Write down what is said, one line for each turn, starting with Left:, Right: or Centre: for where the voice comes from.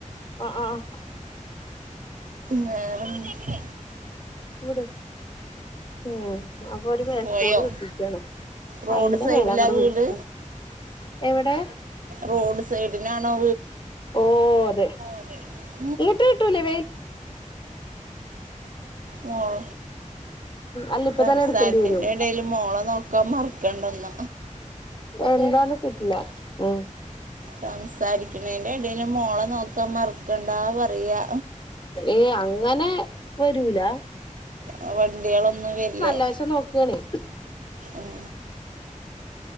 Left: ആഹ് ആഹ്
Right: വേറെന്താ
Left: ഇവിട ഉം അപ്പൊ ഒരു പേ
Right: പോയോ
Left: സകൂള് കിട്ടിക്കാണ്
Right: റോഡ്
Left: അയിന്റെ
Right: സൈഡിലാ
Left: മേലെ അങ്ങട്ട്
Right: വീട്
Left: വിളിച്ച് ട എവിടെ
Right: റോഡ് സൈഡിനാണോ
Left: ഓഹ് അതെ
Right: അതെ
Left: <inaudible>
Right: മോൾ
Left: ഇപ്പത്തന്നെ
Right: സംസാരത്തിന്റെ
Left: എടുക്കേണ്ടിവരും
Right: ഇടയിൽ മോളെ നോക്കാൻ മറക്കണ്ടെന്ന
Left: എന്താന്ന് കിട്ടില്ല ഉം
Right: സംസാരിക്കുന്നതിന്റെ ഇടയിൽ മോളെ നോക്ക നോക്കാൻ മറക്കണ്ടാ പറയാ
Left: ഏ അങ്ങനെ വരൂല
Right: അ വണ്ടികളൊന്നും വരില്ലേ
Left: അത്യാവശ്യം നോക്കാണ്.
Right: ഉം.